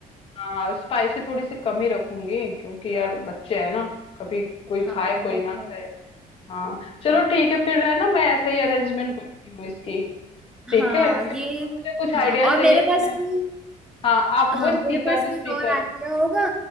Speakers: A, on the left (about 40°); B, in the centre.
A: हाँ स्पाइसी थोड़ी सी कम ही रखूंगी क्योंकि यार बच्चे हैं ना कभी कोई
B: हाँ
A: खाए कोई
B: वो
A: ना
B: तो
A: खाए
B: है
A: हाँ चलो
B: हाँ
A: ठीक है फिर है ना मैं ऐसे ही अरेंजमेंट करती हूँ इसकी ठीक
B: हाँ
A: है फिर
B: ये
A: और मुझे कुछ
B: हाँ
A: आइडिया
B: और
A: चाहिए
B: मेरे
A: तो
B: पास
A: मैं आपको-
B: कोई
A: हाँ आप
B: हाँ
A: वो स्पीकर
B: मेरे पास कोई
A: स्पीकर
B: और आइडिया होगा